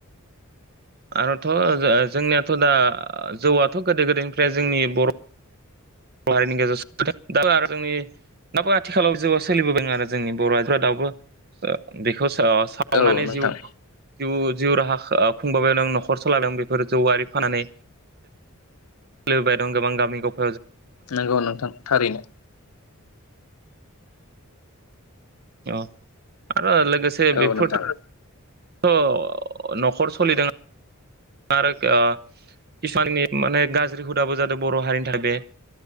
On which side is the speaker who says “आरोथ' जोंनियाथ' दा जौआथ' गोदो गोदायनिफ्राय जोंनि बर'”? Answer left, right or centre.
Right